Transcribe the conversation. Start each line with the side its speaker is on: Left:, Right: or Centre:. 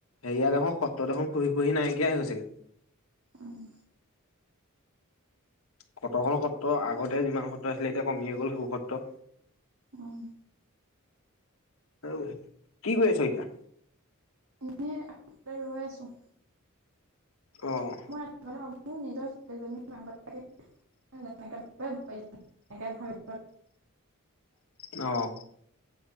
Left: হেৰিয়াত দেখোন সত্ৰত দেখোন খুহি খুহি নাইকিয়াই হৈছোগে।
Right: উ'ম।
Left: কতখন সত্ৰ, আগতে যিমান সত্ৰ আছিলে এতিয়া কমিয়েই গ'ল শেৱো সত্ৰ।
Right: অ'হ।
Left: অ কি কৈ আছ এতিয়া?
Right: এনে <unintelligible> ৰৈ আছো।
Left: অ'হ।
Right: মই এটা কথা ভ <unintelligible> মোৰ নিজৰ ছোৱালীজনী মাকা <unintelligible> নেকে <unintelligible>
Left: অ'হ।